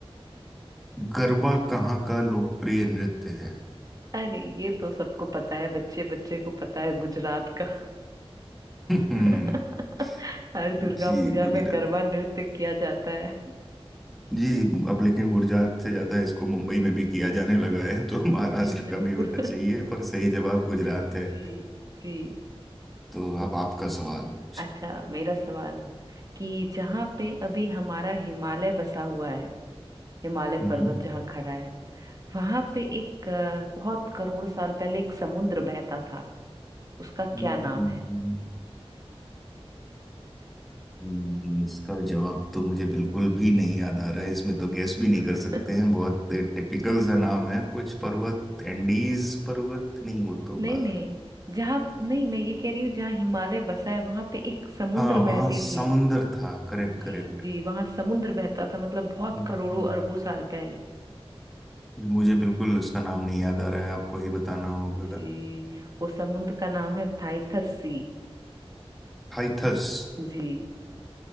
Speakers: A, in the centre; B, on the right (about 35°).
A: गरबा कहाँ का लोकप्रिय नृत्य है
B: अरे ये तो सबको पता है बच्चे बच्चे को पता है गुजरात का
A: <laughs>
B: <laughs> हर दुर्गा
A: जी
B: पूजा
A: गुजरात
B: में गरबा
A: में
B: नृत्य किया जाता है
A: जी अब लेकिन गुजरात से ज्यादा इसको मुंबई में भी किया जाने लगा है तो महाराष्ट्र
B: जी बिल्कुल
A: का भी होना चाहिए पर सही जवाब गुजरात
B: <laughs>
A: है
B: जी जी
A: तो अब आपका सवाल चाहिए।
B: अच्छा मेरा सवाल कि जहाँ पे अभी हमारा हिमालय बसा हुआ है हिमालय
A: हम्म
B: पर्वत जहाँ खड़ा है वहां पे एक अ, बहुत करोड़ साल पहले एक समुद्र बहता था उसका
A: हम्म,
B: क्या नाम है
A: हम्म, इसका जवाब तो मुझे बिल्कुल भी नहीं याद आ रहा है इसमें तो गैस भी नहीं कर
B: <laughs>
A: सकते हैं बहुत टिपिकल सा नाम है कुछ पर्वत एंडीज पर्वत नहीं वो तो
B: नहीं
A: बाहर
B: नहीं जहाँ नहीं मैं ये कह रही हूँ जहाँ हिमालय बसा है वहां पे एक समुद्र
A: हाँ वहाँ
B: बहती
A: समुंदर
B: थी
A: था करेक्ट
B: जी
A: करेक्ट,
B: जी वहां समुद्र बहता था मतलब बहुत
A: हम्म,
B: करोड़ों अरबों साल पहले
A: मुझे बिल्कुल उसका नाम नहीं याद आ रहा है आपको ही बताना होगा
B: जी वो समुद्र का नाम है थाइथस सी
A: हाइथस
B: जी